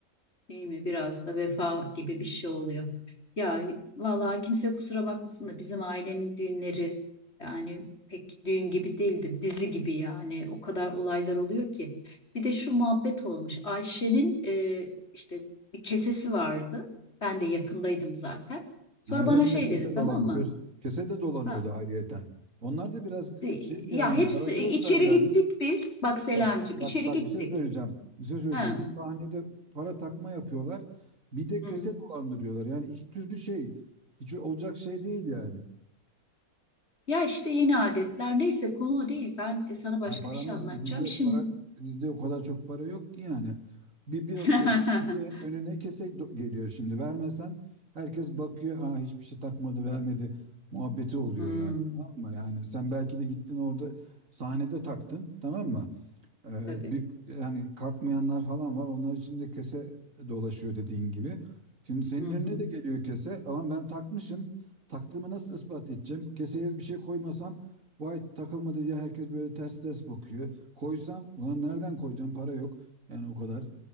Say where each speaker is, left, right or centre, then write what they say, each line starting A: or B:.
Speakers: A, on the left; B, on the right.
A: Değil mi? Biraz da vefa gibi bir şey oluyor. Ya vallahi kimse kusura bakmasın da bizim ailenin düğünleri yani pek düğün gibi değildir. Dizi gibi yani. O kadar olaylar oluyor ki. Bir de şu muhabbet olmuş. Ayşe'nin e, işte bir kesesi vardı. Ben de yakındaydım zaten. Sonra
B: Ha, evet
A: bana
B: bir
A: şey
B: de kese
A: dedi
B: dolan.
A: tamam mı?
B: Göz, kese de dolanıyordu
A: Ha,
B: ayrıyeten. Onlar da biraz
A: de-
B: şey yani
A: ya hepsi
B: para gözler
A: içeri
B: yani.
A: gittik biz. Bak Selamicim
B: Bak,
A: içeri
B: bak, bak
A: gittik.
B: bir şey söyleyeceğim. Bir şey söyleyeceğim.
A: Ha,
B: Bir sahnede para takma yapıyorlar. Bir de
A: hı.
B: kese dolandırıyorlar. Yani iki türlü şey. Hiç olacak şey değil yani.
A: Ya işte yeni adetler neyse konu o değil. Ben e, sana başka
B: Yani paramız
A: bir şey anlatacağım
B: bizde
A: şimdi.
B: para bizde o kadar çok para yok ki yani. Bir bir
A: <laughs>
B: bakıyorsun bir de önüne kese do- geliyor şimdi. Vermesen herkes bakıyor. Ha hiçbir şey takmadı, vermedi muhabbeti oluyor
A: Hmm.
B: yani. Tamam mı? Yani sen belki de gittin orada sahnede taktın, tamam mı? Ee,
A: Tabii.
B: bir yani kalkmayanlar falan var. Onlar için de kese dolaşıyor dediğin gibi. Şimdi senin
A: Hı
B: önüne
A: hı.
B: de geliyor kese. Ama ben takmışım. Taktığımı nasıl ispat edeceğim? Keseye bir şey koymasam vay takılmadı diye herkes böyle ters ters bakıyor. Koysam ulan nereden koyacağım? Para yok. Yani o kadar.